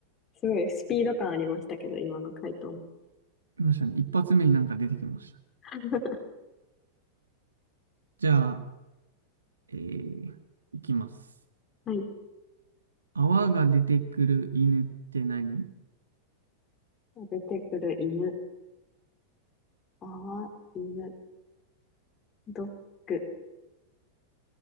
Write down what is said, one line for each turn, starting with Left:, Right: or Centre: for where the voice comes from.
Left: すごいスピード感ありましたけど、今の回答も。
Right: いましたね。一発目になんか出てきました。
Left: <laughs>
Right: じゃあ、えー、いきます。
Left: はい。
Right: 泡が出てくる犬って何
Left: 出てくる犬。泡、犬、ドッグ。